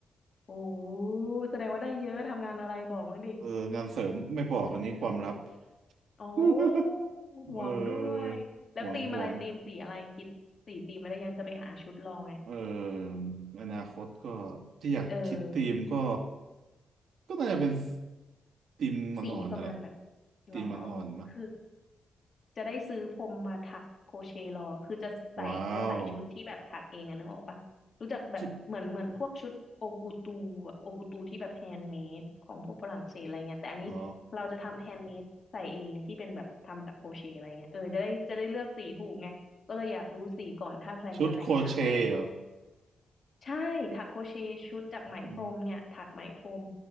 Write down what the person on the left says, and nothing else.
โอ้แสดงว่าได้เยอะทำงานอะไรบอกมั้างดิ
เอออ๋อ
ห่วงด้วยแล้วธีมอะไรธีมสีอะไรคิดสีธีมอะไรยังจะไปหาชุดลองไง
เออ
สีประมาณแบบหรอ
คือ จะได้ซื้อพรมมาถักโครเชต์รอคือจะใส่จะใส่ชุดที่แบบถักเองอะนึกออกปะรู้จักแบบเหมือนเหมือนพวกชุดโอกูตู
โอกูตูที่แบบแฮนด์เมดของพวกฝรั่งเศสอะไรเงี้ยแต่อันนี้เราจะทำแฮนด์เมดใส่เองที่เป็นแบบทำจากโครเชต์อะไรเงี้ยเออจะได้จะได้เลือกสีถูกไงก็เลยอยากรู้สีก่อนถ้าแพลนจะแต่งงานอะไรเงี้ย
ใช่ถักโครเชต์ชุดจากไหมพรมเนี่ยถักไหมพรม